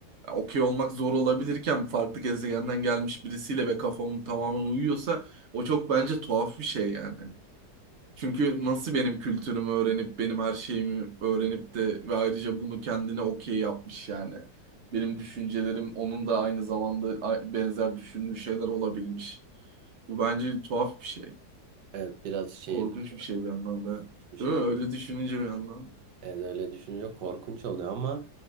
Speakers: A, on the right; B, on the right.
A: okey olmak zor olabilirken farklı gezegenden gelmiş birisiyle ve kafam tamamen uyuyorsa o çok bence tuhaf bir şey yani. Çünkü nasıl benim kültürümü öğrenip benim her şeyimi öğrenip de ve ayrıca bunu kendine okey yapmış yani. Benim düşüncelerim onun da aynı zamanda a- benzer düşündüğü şeyler olabilmiş. Bu bence tuhaf bir şey.
B: Evet biraz şey
A: Korkunç
B: duruyor
A: bir şey bir yandan da.
B: bir şey.
A: Değil mi? Öyle düşününce bir yandan.
B: Evet, öyle düşününce korkunç oluyor ama